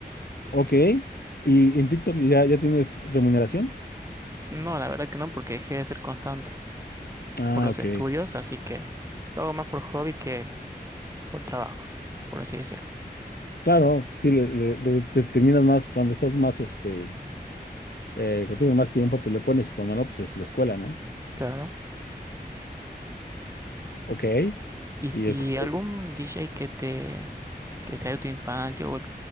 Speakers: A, on the left (about 70°); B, on the right (about 20°).
A: Ok. ¿Y en TikTok ya, ya tienes remuneración?
B: No, la verdad que no, porque dejé de ser constante.
A: Ah,
B: por los
A: ok.
B: estudios, así que lo hago más por hobby que por trabajo, por así decirlo.
A: Claro, sí, le, le- le determinas más cuando estás más, este, eh, cuando tienes más tiempo, pues le pones y cuando no, pues es la escuela, ¿no?
B: Claro.
A: Ok.
B: ¿Y,
A: Y este,
B: y algún DJ que te que sea de tu infancia o el-